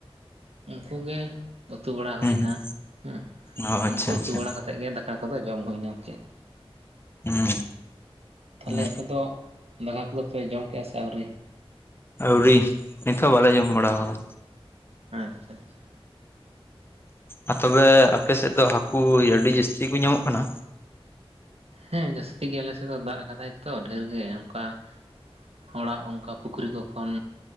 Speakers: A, on the right; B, on the left.
A: ᱩᱱᱠᱩ ᱜᱮ ᱩᱛᱩ ᱵᱟᱲᱟ ᱦᱩᱭᱱᱟ
B: ᱦᱩᱸ ᱦᱩᱸ
A: ᱦᱩ
B: ᱚ ᱟᱪᱪᱷᱟ
A: ᱩᱱᱠᱩ ᱩᱛᱩ
B: ᱟᱪᱪᱷᱟ
A: ᱵᱟᱲᱟ ᱠᱟᱛᱮᱜ ᱜᱮ ᱫᱟᱠᱟ ᱫᱟᱠᱟ ᱠᱚᱫᱚ ᱡᱚᱢ ᱦᱩᱭᱱᱟ ᱟᱨᱠᱤ
B: ᱦᱩᱸ
A: ᱛᱟᱦᱚᱞᱮ
B: ᱦᱩᱸ
A: ᱟᱯᱮ ᱫᱚ ᱫᱟᱠᱟ ᱠᱚᱫᱚ ᱯᱮ ᱡᱚᱢ ᱠᱮᱫᱼᱟ ᱥᱮ ᱟᱣᱨᱤ
B: ᱟᱣᱨᱤ ᱱᱤᱛ ᱦᱚ ᱵᱟᱞᱮ ᱡᱚᱢ ᱵᱟᱲᱟ ᱟᱠᱟᱫᱟ
A: ᱟᱪᱪᱷᱟ ᱟᱪᱪᱷᱟ
B: ᱟᱨ ᱛᱚᱵᱮ ᱟᱯᱮᱥᱮᱫ ᱫᱚ ᱦᱟᱠᱩ ᱟᱰᱤ ᱡᱟᱥᱛᱤ ᱠᱚ ᱧᱟᱢᱚᱜ ᱠᱟᱱᱟ
A: ᱦᱮ ᱡᱟᱹᱥᱛᱤ ᱜᱮ ᱟᱞᱮ ᱥᱮᱫ ᱫᱚ ᱫᱟᱜ ᱟᱠᱟᱫᱟᱭ ᱛᱚ ᱰᱷᱮᱨ ᱜᱮ ᱚᱱᱠᱟ ᱦᱚᱲᱟᱜ ᱚᱱᱠᱟ ᱯᱩᱠᱷᱨᱤ ᱠᱚ ᱠᱷᱚᱱ